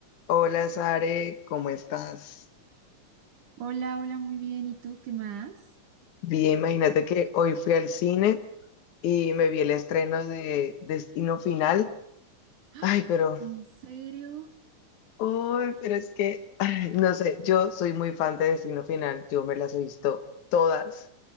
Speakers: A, on the left (about 75°); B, on the right (about 80°).
A: Hola Sare, ¿cómo estás?
B: Hola, hola, muy bien. ¿Y tú qué más?
A: Bien, imagínate que hoy fui al cine y me vi el estreno de Destino Final.
B: ¡Ah!
A: Ay, pero,
B: ¿En serio?
A: ay, pero es que, ay, no sé, yo soy muy fan de Destino Final, yo me las he visto todas,